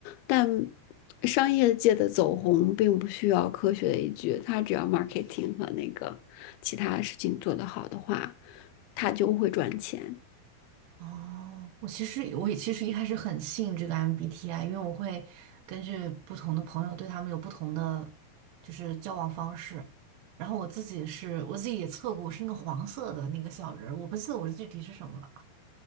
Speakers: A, on the left (about 75°); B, on the right (about 70°).
A: 但商业界的走红并不需要科学的依据，它只要 marketing 和那个其他事情做得好的话，它就会赚钱。
B: 哦，我其实我也其实一开始很信这个 MBTI，因为我会根据不同的朋友对他们有不同的就是交往方式。然后我自己是我自己也测过，我是那个黄色的那个小人儿，我不记得我具体是什么了。